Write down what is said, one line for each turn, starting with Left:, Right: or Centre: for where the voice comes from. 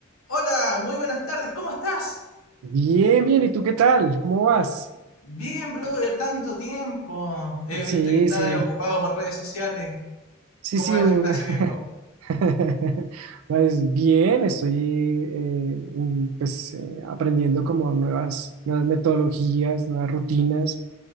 Left: Hola, muy buenas tardes, ¿cómo estás?
Right: Bien, bien, ¿y tú qué tal? ¿Cómo vas?
Left: Bien, brother, tanto tiempo. He visto
Right: Sí,
Left: que estás
Right: sí,
Left: ocupado por redes sociales.
Right: sí,
Left: ¿Cómo
Right: sí,
Left: va el
Right: un...
Left: gimnasio, viejo?
Right: <laughs> pues bien, estoy eh, un- pues, eh, aprendiendo como nuevas, nuevas metodologías, nuevas rutinas,